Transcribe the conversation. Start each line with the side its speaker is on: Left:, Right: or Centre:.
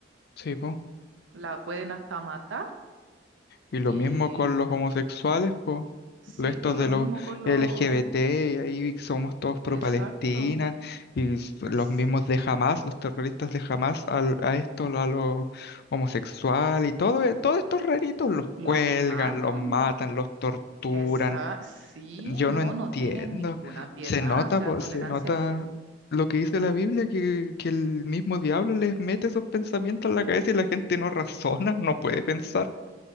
Left: Sí, pues.
Right: la pueden hasta matar.
Left: Y lo
Right: Y
Left: mismo con los homosexuales, pues.
Right: sí,
Left: Estos
Right: pues lo
Left: de
Right: mismo
Left: los
Right: con
Left: LGBT,
Right: los
Left: y ahí somos todos pro
Right: Exacto.
Left: Palestina, y s- los
Right: s-
Left: mismos de Hamas, los terroristas de Hamas, al- a, esto, a los homosexuales, y todo, e- todos estos raritos los
Right: Los
Left: cuelgan,
Right: matan.
Left: los matan, los torturan
Right: Esa, sí,
Left: Yo
Right: no,
Left: no entiendo.
Right: no tienen ninguna piedad,
Left: Se nota,
Right: o sea,
Left: pues,
Right: tolerancia
Left: se nota
Right: cero.
Left: lo que dice la Biblia, que, que el mismo diablo les mete esos pensamientos en la cabeza y la gente no razona, no puede pensar.